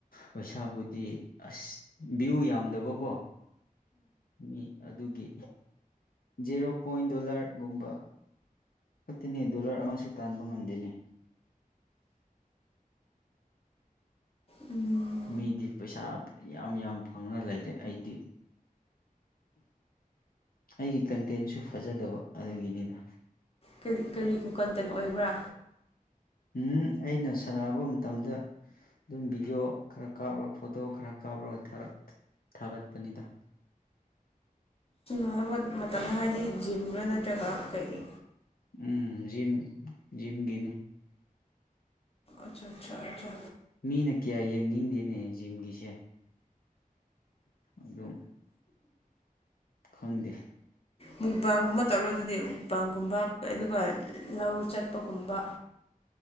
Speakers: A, on the left; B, on the left.
A: ꯄꯩꯁꯥꯕꯨꯗꯤ ꯑꯁ ꯚ꯭ꯌꯨ ꯌꯥꯝꯗꯕꯀꯣ ꯃꯤ ꯑꯗꯨꯒꯤ ꯖꯦꯔꯣ ꯄꯣꯏꯟ ꯗꯣꯂꯔꯒꯨꯝꯕ ꯅꯠꯇꯦꯅꯦ ꯗꯣꯂꯔ ꯑꯃꯁꯨ ꯇꯥꯟꯕ ꯉꯝꯗꯦꯅꯦ꯫
B: ꯎꯝ
A: ꯃꯤꯗꯤ ꯄꯩꯁꯥ ꯌꯥꯝ ꯌꯥꯝ ꯐꯪꯔ ꯂꯩꯔꯦ ꯑꯩꯗꯤ ꯑꯩꯒꯤ ꯀꯟꯇꯦꯟꯁꯨ ꯐꯖꯗꯕ ꯑꯗꯨꯒꯤꯅꯤꯗ
B: ꯀꯔꯤ ꯀꯔꯤ ꯀꯣꯟꯇꯦꯟ ꯑꯣꯏꯕ꯭ꯔꯥ
A: ꯎ ꯑꯩꯅ ꯁꯥꯟꯅꯕ ꯃꯇꯝꯗ ꯑꯗꯨꯝ ꯚꯤꯗꯤꯑꯣ ꯈꯔ ꯀꯥꯞꯂꯒ ꯐꯣꯇꯣ ꯈꯔ ꯀꯥꯞꯔꯒ ꯊꯥꯔꯛ ꯊꯥꯒꯠꯄꯅꯤꯗ꯫
B: <unintelligible> ꯃꯇꯝꯗ ꯍꯥꯏꯗꯤ ꯖꯤꯝꯔꯥ ꯅꯠꯇ꯭ꯔꯒ ꯀꯩꯒꯤ
A: ꯎ ꯎꯝ ꯖꯤꯝ ꯖꯤꯝꯒꯤꯅꯤ
B: ꯑꯠꯁꯥꯁꯥ ꯑꯠꯁꯥ
A: ꯃꯤꯅ ꯀꯌꯥ ꯌꯦꯡꯅꯤꯡꯗꯦꯅꯦ ꯖꯤꯝꯒꯤꯁꯦ꯫ ꯑꯗꯣ ꯈꯪꯗꯦ
B: ꯃꯨꯛꯕꯥꯡꯒꯨꯝꯕ ꯇꯧꯔꯣ ꯑꯗꯨꯗꯤ ꯃꯨꯛꯕꯥꯡꯒꯨꯝꯕ ꯑꯗꯨꯒ ꯂꯧ ꯆꯠꯄꯒꯨꯝꯕ